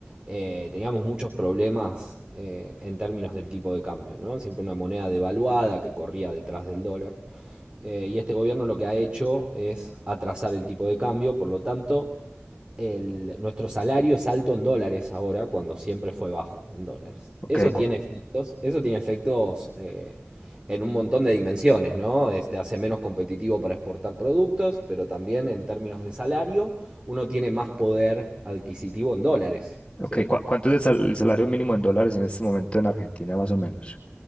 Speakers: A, on the right; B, on the left.
A: eh, teníamos muchos problemas eh, en términos del tipo de cambio, ¿no? Siempre una moneda devaluada que corría detrás del dólar. Eh, y este gobierno lo que ha hecho es atrasar el tipo de cambio, por lo tanto, el- nuestro salario es alto en dólares ahora, cuando siempre fue bajo en dólares.
B: Ok,
A: Eso
B: cua-
A: tiene efectos, eso tiene efectos eh, en un montón de dimensiones, ¿no? Este, hace menos competitivo para exportar productos, pero también en términos de salario, uno tiene más poder adquisitivo en dólares,
B: okay,
A: ¿sí?
B: cua- ¿cuánto es el, sal- el salario mínimo en dólares en este momento en Argentina más o menos?